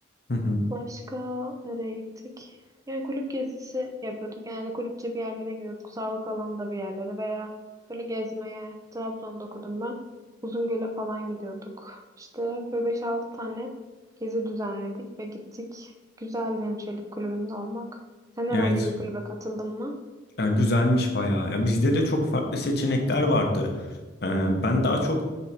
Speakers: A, on the left; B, on the right.
A: Hı hı.
B: Başka nereye gittik? Yani kulüp gezisi yapıyorduk. Genelde kulüpçe bir yerlere gidiyorduk. Sağlık alanında bir yerlere veya böyle gezmeye. Trabzon'da okudum ben. Uzungöl'e falan gidiyorduk. İşte böyle beş altı tane gezi düzenledik ve gittik. Güzeldi hemşirelik kulübünde olmak. Sen herhangi
A: Evet,
B: bir kulübe katıldın mı?
A: Ya güzelmiş bayağı. Ya bizde de çok farklı seçenekler vardı. E, Ben daha çok